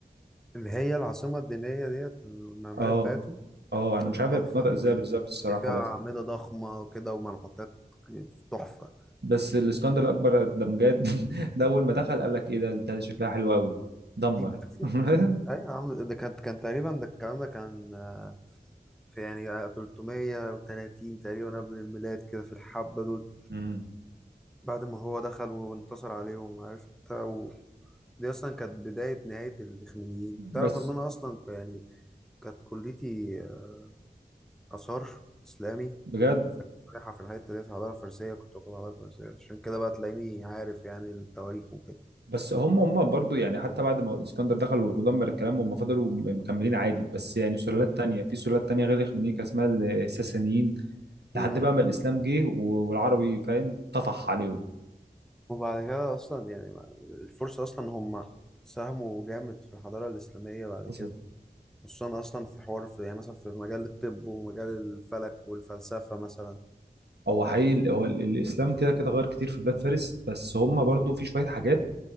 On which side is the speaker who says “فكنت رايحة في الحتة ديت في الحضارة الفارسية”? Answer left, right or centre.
Centre